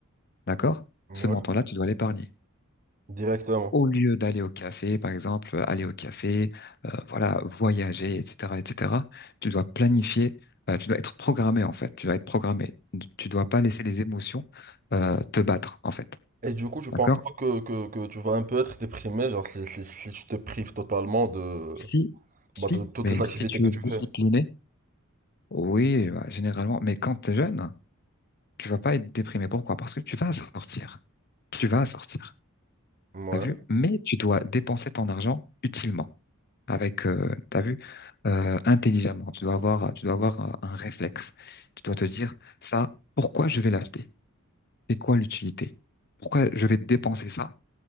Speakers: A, on the left; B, on the right.
A: d'accord?
B: ouais,
A: Ce montant-là, tu dois l'épargner
B: directement.
A: au lieu d'aller au café, par exemple, euh, aller au café, euh, voilà, voyager, etc., etc., tu dois planifier, euh, tu dois être programmé, en fait, tu dois être programmé. Tu dois pas laisser les émotions, euh, te battre, en fait.
B: Et du coup, je pense
A: D'accord?
B: pas que, que, que tu vas un peu être déprimé, genre si, si, si tu te prives totalement de,
A: Si, si,
B: bah, de toutes
A: mais
B: les
A: si
B: activités
A: tu
B: que
A: es
B: tu
A: discipliné,
B: fais.
A: oui, bah, généralement, mais quand tu es jeune, tu vas pas être déprimé. Pourquoi? Parce que tu vas sortir. Tu vas sortir.
B: Ouais,
A: T'as vu? Mais tu dois dépenser ton argent utilement. avec, euh, t'as vu, euh, intelligemment. Tu dois avoir, tu dois avoir euh, un réflexe. Tu dois te dire, ça, pourquoi je vais l'acheter? C'est quoi l'utilité? Pourquoi je vais dépenser ça?